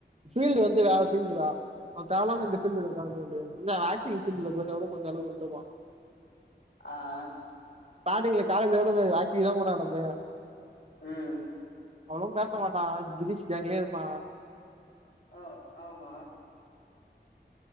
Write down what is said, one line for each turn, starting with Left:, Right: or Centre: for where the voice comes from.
Right: ஃபீல்டு
Left: மே
Right: வந்து வேற ஃபீல்டு டா அவ தேவலாம
Left: ஆ
Right: இந்த ஃபீல்டுல இருக்கானு தோனுது இல்ல அவ ஆக்டிங் ஃபீல்டுல போயிர்ந்தா கூட கொஞ்ச அளவுக்கு வன்ட்டுர்ப்பா
Left: ஆ ஆ
Right: ஸ்டி்ல காலே <unintelligible> <unintelligible> எ்ளோ ஆகி் தான் போட நம்பே <unintelligible>
Left: ம்
Right: அவ்ளோ பேச மாட்டா கிரிஷ் கேங்ளே இருப்பா
Left: அ ஆமா